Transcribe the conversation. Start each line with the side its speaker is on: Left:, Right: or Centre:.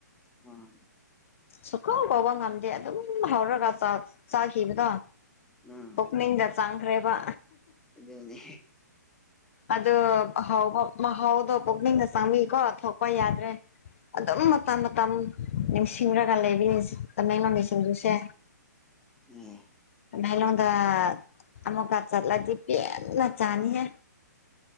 Centre: ꯑ
Left: ꯁꯨꯀꯥꯎ ꯀꯥꯎ ꯉꯝꯗꯦ ꯑꯗꯨꯝ ꯍꯧꯔꯒ ꯆꯥꯈꯤꯕꯗꯣ
Centre: ꯑ
Left: ꯑꯣꯛꯅꯤꯡꯗ ꯆꯥꯡꯈ꯭ꯔꯦꯕ
Centre: ꯖꯣꯅꯤ
Left: ꯑꯗ ꯍ ꯍꯥꯎꯗꯣ ꯄꯨꯒꯅꯤꯡꯗ ꯁꯃ ꯀꯣ ꯊꯄ ꯌꯥꯗ꯭ꯔꯦ ꯑꯗꯨꯝ ꯃꯇꯝ ꯃꯇꯝ ꯅꯤꯡꯁꯤꯡꯔꯒ ꯂꯩꯕꯤꯔꯤ ꯇꯃꯦꯡꯡꯂꯕꯤꯁꯤꯡꯗꯨꯁꯦ
Centre: ꯑꯣ
Left: ꯃꯦꯂꯣꯗ ꯑꯃꯃꯨ ꯀꯥ ꯆꯠꯂꯗꯤ ꯄꯦꯟꯅ ꯆꯥꯅꯤꯍꯦ